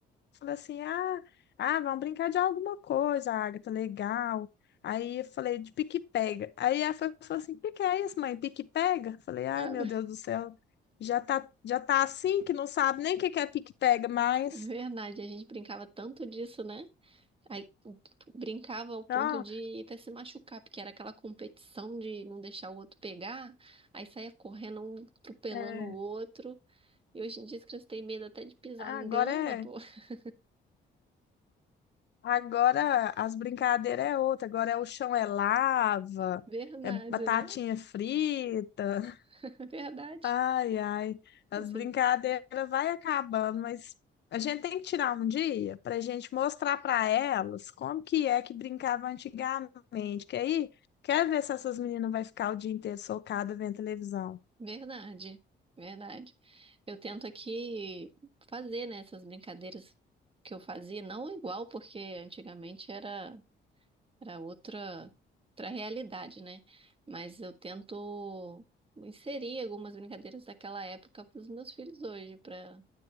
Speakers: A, on the left; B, on the right.
A: Falei assim, ah, ah, vamos brincar de alguma coisa, Agatha, legal. Aí eu falei, de pique-pega. Aí ela foi- falou assim, o que que é isso, mãe? Pique-pega? Falei, ai,
B: Ah,
A: meu
B: <laughs>
A: Deus do céu, já tá, já tá assim que não sabe nem o que que é pique-pega mais.
B: verdade, a gente brincava tanto disso, né? Aí o- brincava ao ponto
A: Não,
B: de até se machucar, porque era aquela competição de não deixar o outro pegar, aí saía correndo, um atropelando
A: é,
B: o outro. E hoje em dia as crianças têm medo até de pisar
A: agora
B: na grama,
A: é,
B: pô. <laughs>
A: agora as brincadeiras é outra, agora é o chão é lava,
B: Verdade,
A: é batatinha
B: né?
A: frita.
B: <laughs> Verdade.
A: Ai, ai, as
B: Isso
A: brincadeiras
B: é
A: vai acabando, mas a gente tem que tirar um dia para a gente mostrar para elas como que é que brincava antigamente, que aí quer ver se essas meninas vai ficar o dia inteiro socada vendo televisão.
B: verdade. Verdade. Eu tento aqui fazer, né, essas brincadeiras que eu fazia, não igual, porque antigamente era. era outra, outra realidade, né? Mas eu tento inserir algumas brincadeiras daquela época para os meus filhos hoje, para